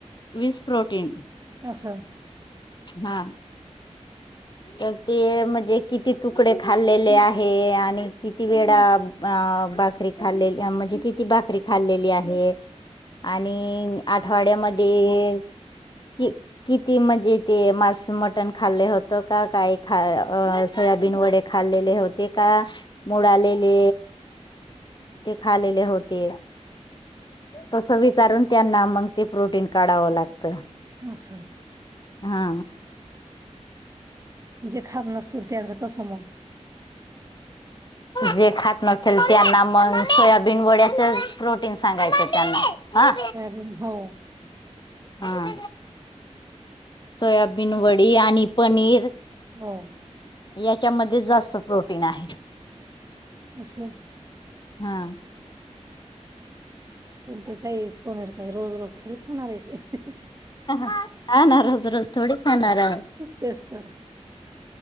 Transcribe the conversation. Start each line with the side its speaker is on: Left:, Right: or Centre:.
Left: वीस प्रोटीन
Right: असचछा
Left: हा तर ते म्हणजे किती तुकडे खाल्लेले आहे आणि किती वेळा अ भाकरी खाल्ली म्हणजे किती भाकरी खाल्लेली आहे आणि आठवाड्यामध्ये ि किती म्हणजे ते मास मटण खाल्ले होते हो का काही ख सोयाबीन वडे खाल्लेले होते का मुड आलेले ते खालेले होते तस विचारून त्यांना मग ते प्रोटीन काढावं लागतं
Right: मसां
Left: हा
Right: जे खात नसतील त्यांचं कसं म्हग
Left: जे खात नसेल त्यांना मग सोयाबीन वड्याच प्रोटीन सांगायच त्यांना हा
Right: सोयाबीन हो
Left: हा सोयाबीन वडी आणि पनीर
Right: हो
Left: याच्यामध्ये जास्त प्रोटीन आहे
Right: अंस
Left: हा
Right: पण ते काई पनीर काय रोज रोज थोडी खाणार आहेेस
Left: हा ना रोज रोज थोडी खाणार हाय
Right: तेच तर